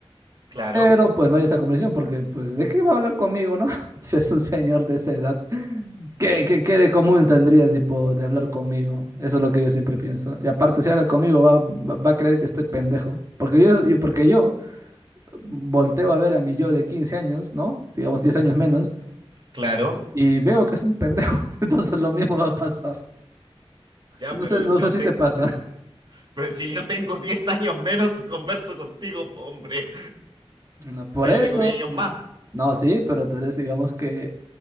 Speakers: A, on the right (about 50°); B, on the right (about 30°).
A: claro,
B: Pero pues no hay esa comunicación porque, pues, ¿de qué va a hablar conmigo, no? <laughs> Si es un señor de esa edad, ¿qué, qué, qué de común tendría, tipo, de hablar conmigo? Eso es lo que yo siempre pienso. Y aparte, si habla conmigo, va, va, va a creer que estoy pendejo. Porque yo, yo, porque yo volteo a ver a mi yo de 15 años, ¿no? Digamos 10 años menos,
A: claro.
B: y veo que es un pendejo. <laughs> Entonces lo mismo va a pasar.
A: Ya,
B: No
A: pero
B: sé, no
A: yo
B: sé si
A: te,
B: te pasa.
A: <laughs>
B: <laughs>
A: pero si yo tengo 10 años menos y converso contigo, po, hombre.
B: No, por
A: O sea,
B: eso,
A: yo tengo 10 años
B: mm,
A: más.
B: no, sí, pero tú eres, digamos que,